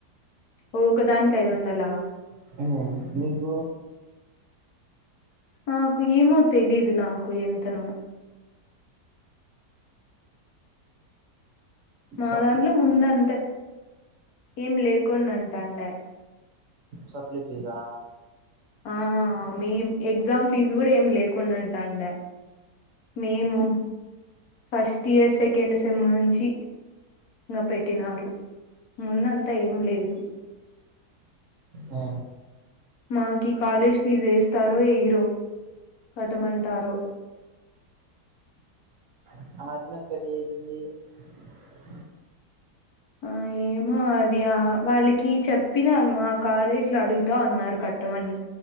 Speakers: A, on the left; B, on the right.
A: ఒక్క దానికి ఐదొందల
B: హ మీకు
A: మాకు ఏమో తెలీదు నాకు ఎంతను మా
B: సప్లి
A: దాంట్లో ముందంతే ఏం లేకుండంటెండే
B: సప్లి ఫిజా
A: ఆ మీ ఎగ్జామ్ ఫీజు కూడా ఏమి లేకుండంటాండే మేము ఫస్ట్ ఇయర్ సెకండ్ సెమ్ నుంచి గ పెట్టినారు ముందంత ఏంలేదు
B: ఆ
A: మాకి కాలేజ్ ఫీజు ఏస్తారో ఎయిరో కటమంటారు
B: <unintelligible>
A: ఆ ఏమో అది ఆ వాళ్ళకి చెప్పిన మా కాలేజీ లో అడుగుతా ఉన్నారు కట్టమని